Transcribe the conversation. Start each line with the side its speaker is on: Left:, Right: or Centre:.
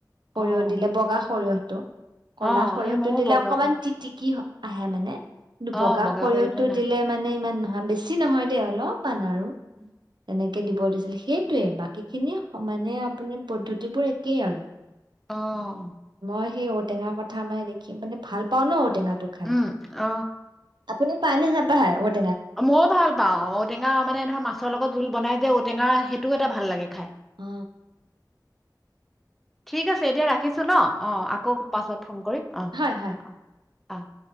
Centre: অ',
Right: সৰিয়হ দিলে বগা সৰিয়হ। ত',
Centre: অ',
Right: কলা সৰিয়হটো
Centre: এই ময়ো
Right: দিলে
Centre: বগা
Right: অকমান
Centre: সৰিয়হ
Right: টিটিকি হয়। আহে মানে।
Centre: অ',
Right: বগা সৰিয়হতটো
Centre: সৰিয়হটো নাই।
Right: দিলে মানে ইমান ন অ', বেছি নহয় দে অলপমান আৰু।
Centre: উম',
Right: এনেকে দিব দিছিল সেইটোৱে বাকী খিনি সমানে। আপুনি পদ্ধতিবোৰ একেই আৰু।
Centre: অহ ',
Right: মই সেই ঔটেঙা কথা মাইে দেখ মানে ভাল পাওঁ ন। টেঙাটো খাই
Centre: উম, অ',
Right: আপুনি? পাই নে নাপাই অ ',
Centre: মইও ভাল পাওঁ ঔটেঙা মানে ধৰ মাছৰ লগত জোল বনাই যে ঔটেঙা সে টো এটা ভাল লাগে।। খাই,
Right: অ অ
Centre: ঠিক আছে এতিয়া ৰাখিছো ন অ', আকৌ পাছত ফোন কৰি অ',
Right: হয়
Centre: -
Right: হয়
Centre: অ',। অহ ',